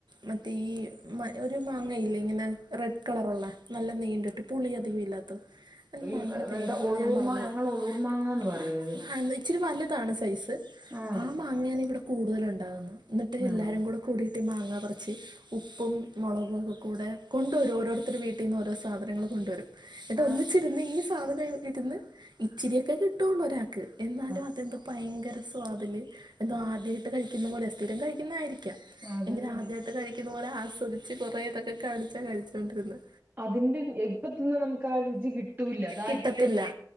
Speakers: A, on the right; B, on the right.
A: മറ്റേ ഈ മ ഒരു മാങ്ങയില്ലേ ഇങ്ങനെ റെഡ് കളറുള്ള നല്ല നീണ്ടിട്ട് പുളി അധികം ഇല്ലാത്തെ
B: ഈ
A: മാങ്ങടെ പേരന്താന്ന്
B: എന്താ ഒളൂർമാ
A: ഞാൻ മറന്നു
B: ഞങ്ങൾ
A: പോയി
B: ഒളൂർമാങ്ങാന്ന് പറയത്
A: ഇച്ചിരി വലുതാണ് സൈസ്
B: ആഹ്
A: അങ്ങനെ ഇവിടെ കൂടുതല് ഉണ്ടാകുന്നു എന്നിട്ട് എല്ലാവരും
B: ആണ്
A: കൂടെ കൂടിയിട്ട് മാങ്ങപറിച്ച് ഉപ്പും മുളകും ഒക്കക്കൂടെ കൊണ്ടു വരും ഓരോർത്തരെ ഓരോ സാധനങ്ങൾ കൊണ്ടുവരും എന്നിട്ട്
B: ആഹ്
A: ഒന്നിച്ചിരുന്ന് ഈ സാധനം ഇരുന്ന് ഇച്ചിരിയൊക്കെ കിട്ടുവൊള്ളു ഒരാൾക്ക് എന്നാലും
B: ആഹ്
A: അതെന്താ ഭയങ്കര സ്വാദ്ല് എന്തോ ആദ്യായിട്ട് കഴിക്കുന്ന പോലെ സ്ഥിരം കഴിക്കുന്നതായിരിക്കാം
B: അതന്നെ
A: എങ്കിലും ആദ്യായിട്ട് കഴിക്കുന്ന പോലെ ആസ്വദിച്ച് കുറേ ഇതൊക്കെ കാണിച്ചാ കഴിച്ചുകൊണ്ടിരുന്നേ
B: അതിന്റെ ഇപ്പത്തൊന്നും നമുക്ക് ആഹ് രുചി കിട്ടൂല്ല അതായത്
A: കിട്ടത്തില്ല